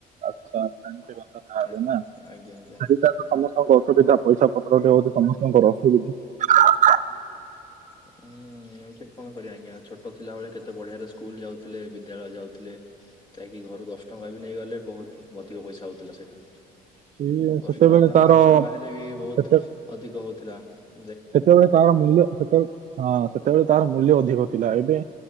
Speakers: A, on the right; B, on the left.
A: ଆଛା । <unintelligible>
B: ଆଜ୍ଞା। ଆଜ୍ଞା ଆଜ୍ଞା
A: ସେଇଟା ତ ସମସ୍ତେ କରୁଛନ୍ତି ଦନ । ପଇସା ପତ୍ର ଟି ହଉଛି ସମସ୍ତଙ୍କର ଅସୁବଧା ।
B: ହୁଁ ଏମତିି କଣ କରିବା ଆଜ୍ଞା ଛୋଟ ଥିଲା ବଳେ କେତେ ବଢିଆରେ ସ୍କୁଲ ଯାଉଥିଲେ ବିଦ୍ୟାଳୟ ଯାଉଥିଲେ । ଯାଇକି ଘରୁ ଦଶ ଟଙ୍କା ବି ନେଇଗଲେ ବହୁତ ଅଧିକ ପଇସା ହଉଥିଲା ସେଇଟା ।
A: ସିଏ
B: ଦଶ
A: ସେତେବେଳେ
B: ଟଙ୍କା କଣ
A: ତାର
B: ପାଞ୍ଚ ଟଙ୍କା ହେଲେ ବି ବହୁତ
A: ସେତେ
B: ଅଧିକ ହଉଥିଲା ।
A: ସେତେବେଳେ ତାର ମୂଲ୍ୟ ସେତେବେଳେ ହଁ ସେତେବେଳେ ତାର ମୂଲ୍ୟ ଅଧିକ । ଥିଲା ଏବେ